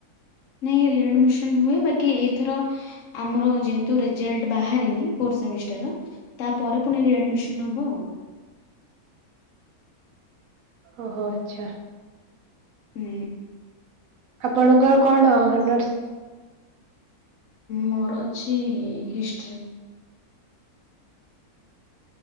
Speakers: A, on the left; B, on the right.
A: ନାଇଁ ରିଆଡମିସନ୍ ହୁଏ। ବାକି ଏଇଥର ଆମର ଯେହେତୁ ରେଜଲ୍ଟ ବାହାରିନି ଫୋର୍ଥ ସେମିଷ୍ଟର ର ତାପରେ ପୁଣି ରିଆଡମିସନ୍ ହବ।
B: ଓହୋ ଆଚ୍ଛା।
A: ହୁଁ।
B: ଆପଣଙ୍କର କଣ ହନର୍ଷ?
A: ମୋର ଅଛି ହିଷ୍ଟ୍ରି।